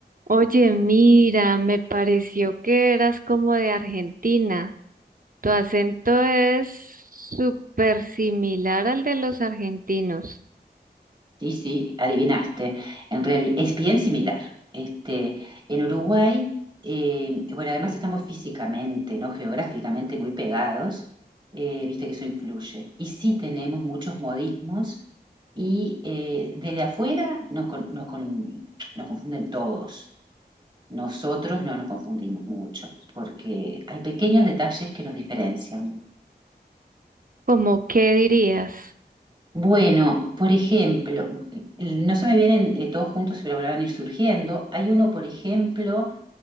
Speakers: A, on the right (about 55°); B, on the right (about 25°).
A: Oye, mira, me pareció que eras como de Argentina. Tu acento es súper similar al de los argentinos.
B: Sí, sí, adivinaste. En realidad es bien similar. Este, en Uruguay, eh, bueno, además estamos físicamente, ¿no? Geográficamente muy pegados, eh, viste que eso influye. Y sí tenemos muchos modismos y eh, desde afuera nos, con- nos con- nos confunden todos. Nosotros no nos confundimos mucho porque hay pequeños detalles que nos diferencian.
A: ¿Cómo qué dirías?
B: Bueno, por ejemplo, no se me vienen eh, todos juntos, pero me van a ir surgiendo. Hay uno, por ejemplo,